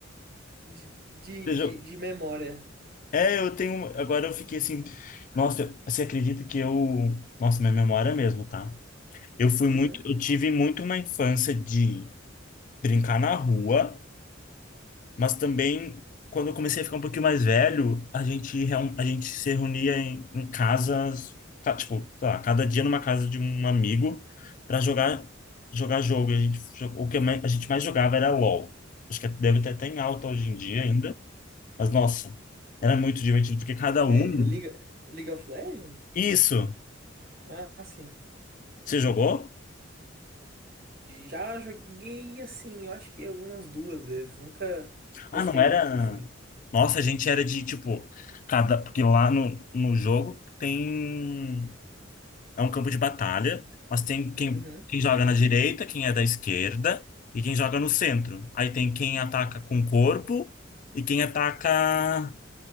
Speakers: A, on the right; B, on the left.
A: De, de,
B: veja,
A: de,
B: eu-
A: de memória.
B: É, eu tenho. Agora eu fiquei assim. Nossa, eu- você acredita que eu. Nossa, minha memória mesmo, tá? Eu fui
A: Uhum,
B: muito. Eu tive muito uma infância de brincar na rua. Mas também, quando eu comecei a ficar um pouquinho mais velho, a gente, reun- a gente se reunia em, em casas, ca- tipo, sei lá, cada dia numa casa de um amigo para jogar jogar jogo. E a gente, jo- o que mais- a gente mais jogava era LOL. Acho que deve ter até em alta hoje em dia
A: uhum.
B: ainda. Mas, nossa, era muito divertido, porque cada
A: É,
B: um...
A: League, League of Legends?
B: Isso!
A: Ah, sim.
B: Você jogou?
A: Já joguei assim, eu acho que algumas duas vezes. Nunca
B: Ah,
A: gostei
B: não era...
A: muito assim.
B: Nossa, a gente era de, tipo, cada... Porque lá no, no jogo tem... É um campo de batalha, mas tem quem,
A: Uhum,
B: quem joga na direita, quem é da esquerda e quem joga no centro. Aí tem quem ataca com o corpo e quem ataca